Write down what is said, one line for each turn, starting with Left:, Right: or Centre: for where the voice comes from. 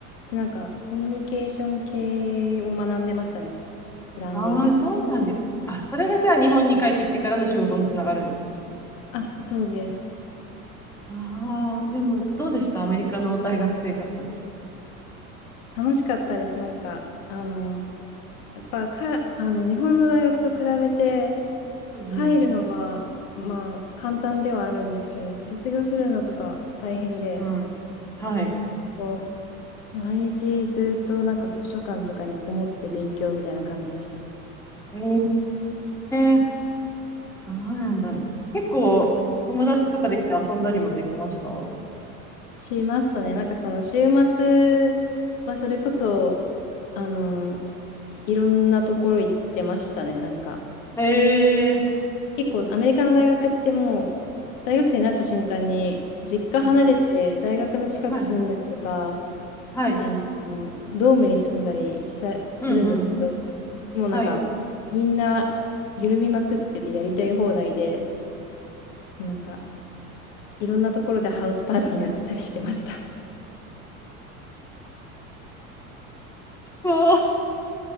Left: で、なんか、コミュニケーション系を学んでましたね。ブランディングとか。
Centre: ああ、そうなんですね。あ、それがじゃあ日本に帰ってきてからの仕事につながるんですね。
Left: あ、そうです。
Centre: ああ、でも、どうでしたアメリカの大学生活。
Left: 楽しかったです。なんか、あの、やっぱか、あの、日本の大学と比べて、
Centre: うんうん。
Left: 入るのは、まあ、簡単ではあるんですけど、やっぱ卒業するのとか大変で、
Centre: うんはい。
Left: こう、毎日ずっとなんか図書館とかにこもって勉強みたいな感じでした。
Centre: へえ、そうなんだ。結構、友達とかできて遊んだりもできました
Left: しましたね。なんかその週末はそれこそ、あの、いろんなところ行ってましたね。なんか
Centre: へえ、
Left: 結構アメリカの大学ってもう大学生になった瞬間に実家離れて大学の近く住んだりとか、
Centre: うんうん。はい、はい。
Left: あの、ドームに住んだりした、
Centre: うんうん。
Left: するんですけど、もうなんかみんな緩みまくっててやりたい放題で、
Centre: はい。
Left: なんかいろんなところでハウスパーティーやってたりしてました。<laughs>
Centre: そう、